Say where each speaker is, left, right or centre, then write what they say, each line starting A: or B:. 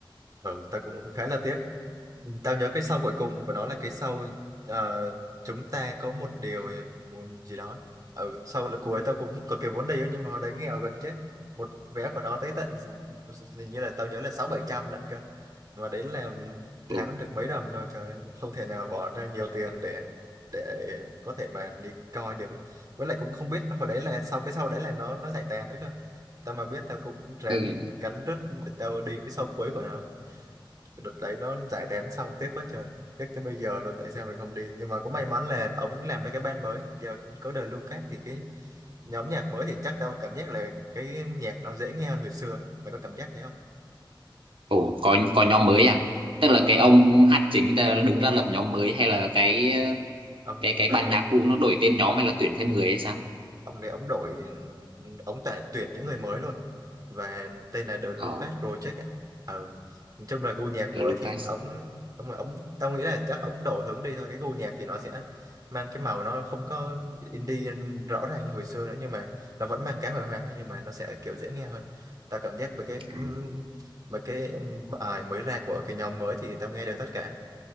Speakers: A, on the right; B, on the right.
A: ừ tao cũng khá là tiếc Tao nhớ cái sau cuối cùng của nó là cái sau ờ, chúng ta có một điều một gì đó. Ở sau là cuối tao cũng cực kỳ muốn đi á, nhưng mà hồi đấy nghèo gần chết. Một vé của nó tới tận hình như là tao nhớ là sáu bảy trăm lận cơ. Mà đấy là tháng
B: ừ,
A: được mấy đồng đâu trời ơi, không thể nào bỏ ra nhiều tiền để để có thể mà đi coi được. ấy. Với lại cũng không biết hồi đấy là sau cái sau đấy là nó nó giải tán nữa cơ. Tao mà biết tao cũng ráng
B: ừ.
A: cắn rứt để tao đi cái sau cuối của nó. Cái đợt đấy nó giải tán xong tiếc quá trời tiếc tới bây giờ luôn tại sao mình không đi nhưng mà cũng may mắn là ông làm ra cái band mới giờ có đời Lucas thì cái nhóm nhạc mới thì chắc tao cảm giác là cái nhạc nó dễ nghe hơn hồi xưa mày có cảm giác thế không
B: ừ, có có nhóm mới à tức là
A: ờ
B: cái ông
A: đúng không?
B: hát chính đã đứng ra lập nhóm mới hay là cái
A: ông
B: cái cái
A: đấy
B: ban
A: ấn
B: nhạc cũ nó đổi tên nhóm hay là tuyển thêm người hay sao
A: ông này ông đổi ông tại tuyển những người mới luôn và tên là The Lucas
B: Ồ,
A: Project ấy. Ờ. Nói chung là gu nhạc
B: The
A: mới
B: Lucas
A: thì ông ông ông tao nghĩ là chắc ông đổi hướng đi thôi cái gu nhạc thì nó sẽ mang cái màu nó không có indie rõ ràng như hồi xưa nữa nhưng mà nó vẫn mang cái hồi hoang thôi nhưng mà nó sẽ kiểu dễ nghe hơn tao cảm giác về cái
B: Ừ.
A: ừm, mấy cái bài mới ra của cái nhóm mới thì tao nghe được tất cả